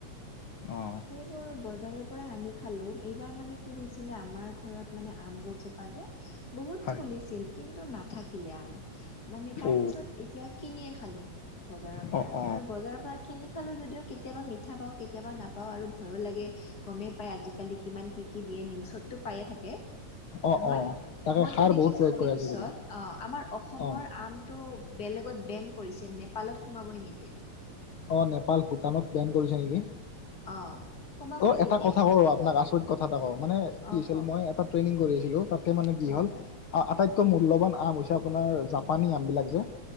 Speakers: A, on the left; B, on the left.
A: অ
B: বোৰ বজাৰৰ পৰা আনি খালো। এইবাৰ মানে কি হৈছিলে আমাৰ ঘৰত মানে আম গছজোপা যে বহুত
A: হয়
B: ফুলিছিল কিন্তু নাথাকিলে আম। মানে তাৰ
A: অ
B: পিছত এতিয়া কিনিয়ে খালো বজাৰৰ পৰা
A: অ অ
B: আৰু বজাৰৰ পৰা। কিনি খালো যদিও কেতিয়াবা মিঠা পাওঁ কেতিয়াবা নাপ- পাওঁ আৰু ভয়ো লাগে, গমেই পায় আজিকালি কিমান কি কি দিয়ে নিউজতটো পায়ে থাকে।
A: অ
B: নহয়
A: অ তাকে
B: মইতো
A: সাৰ
B: দেখিছো
A: বহুত প্ৰয়োগ কৰে
B: নিউজত
A: আজিকালি
B: অ আমাৰ অসমৰ
A: অ
B: আম টো বেলেগত বেন কৰিছে নেপালত সোমাবই নিদিয়ে।
A: অ নেপাল, ভূটানত বেন কৰিছে নেকি।
B: অ। সোমাবই
A: অ এটা
B: নিদিয়ে
A: কথা ক আপোনাক
B: উম
A: আচৰিত কথা এটা কওঁ মানে
B: অ
A: কি হৈছিল
B: কওক
A: মই ট্ৰেইনিং কৰিছিলো তাতে মানে কি
B: হয়
A: হল
B: হয়
A: আটাইতকৈ মূল্যৱান আম হৈছে আপোনাৰ জাপানী আম বিলাক যে